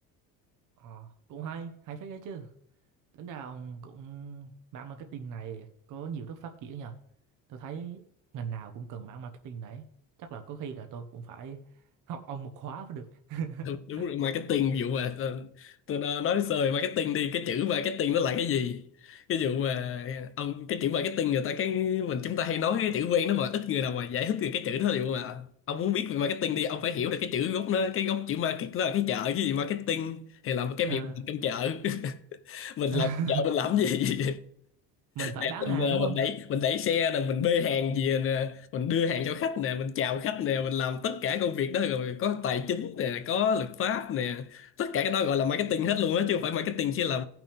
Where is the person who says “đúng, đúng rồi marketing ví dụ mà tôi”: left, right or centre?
Left